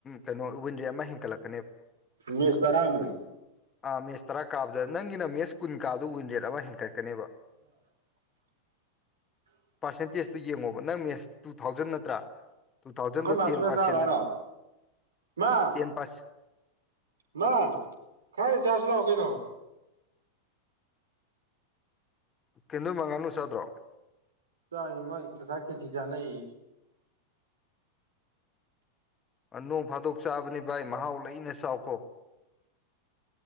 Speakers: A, on the left; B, on the right.
A: ꯀꯩꯅꯣ ꯋꯤꯟꯖꯦ ꯑꯃ ꯍꯦꯟꯀꯠꯂꯛꯄ
B: ꯃꯤꯁ ꯇꯥꯔꯥ ꯃꯨꯛ
A: ꯑꯥ ꯃꯦꯠꯁ ꯇꯔꯥ ꯀꯥꯕꯗ ꯅꯪꯒꯤꯅ ꯃꯦꯁ ꯀꯨꯟ ꯀꯥꯗ ꯋꯤꯟ ꯔꯦꯠ ꯑꯃ ꯍꯦꯟꯒꯠꯀꯅꯦꯕ
B: <unintelligible>
A: ꯄꯔꯁꯦꯟꯇꯁ ꯇꯨ ꯌꯦꯛꯉꯣ ꯅꯁ ꯇꯨ ꯊꯥꯎꯖꯟ ꯅꯠꯇ꯭ꯔꯥ ꯇꯨ ꯊꯥꯎꯖꯟꯗꯣ
B: ꯑꯩꯈꯣꯏ ꯃꯥꯁꯨꯅ
A: ꯇꯦꯟ ꯄꯥꯔꯁꯦꯟꯗ
B: ꯆꯥꯔꯣ ꯍꯥꯏꯔꯣ ꯃꯥ
A: ꯇꯦꯝ ꯄꯥꯁ
B: ꯃꯥ ꯈꯔ ꯆꯁꯤ ꯂꯥꯛꯑꯣ ꯀꯩꯅꯣ
A: ꯀꯩꯅꯣ ꯅꯣꯏꯃꯥ ꯉꯥꯅꯨꯆꯥꯗ꯭ꯔꯣ
B: ꯆꯥꯏꯑꯦ ꯃ ꯉꯥꯁꯥꯏ ꯈꯦꯔꯆꯤ ꯆꯥꯅꯩꯑꯦ
A: ꯎꯝ ꯅꯣꯡ ꯐꯥꯗꯣꯛ ꯆꯥꯕꯅꯤ ꯚꯥꯏ ꯃꯍꯥꯎ ꯂꯩꯅ ꯆꯥꯎꯈꯣ